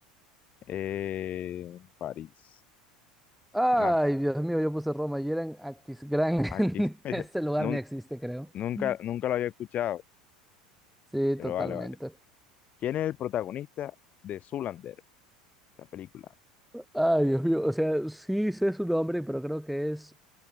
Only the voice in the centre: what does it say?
Ay,
Dios mío, yo puse Roma y era en Aquisgrán. <laughs>
Ese lugar
ni existe, creo.
Mm.
Sí,
totalmente.
Ay, Dios mío, o sea, sí sé su nombre, pero creo que es,